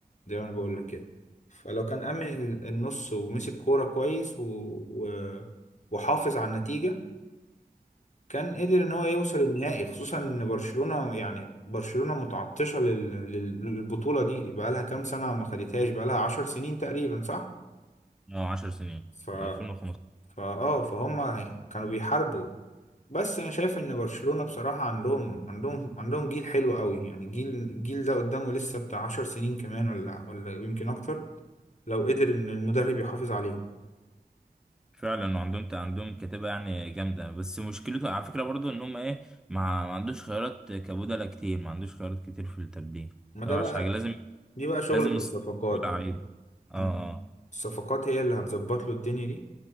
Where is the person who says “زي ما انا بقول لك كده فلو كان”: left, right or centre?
Left